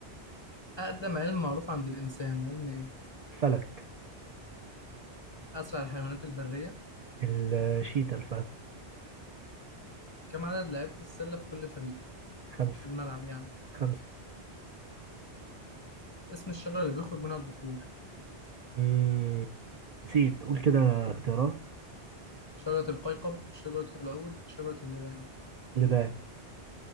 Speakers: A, on the left (about 35°); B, on the right (about 50°).
A: أقدم علم معروف عند الإنسان علم إيه؟
B: الفلك
A: أسرع الحيوانات البرية
B: الشيتا الفلك
A: كم عدد لعيبة السلة في كل فريق
B: خمسة
A: في الملعب يعني
B: خمسة
A: اسم الشجرة اللي بيخرج منها البخور
B: مم. نسيت قول كده اختيارات
A: شجرة القيقب شجرة العود شجرة اللبان
B: لبنان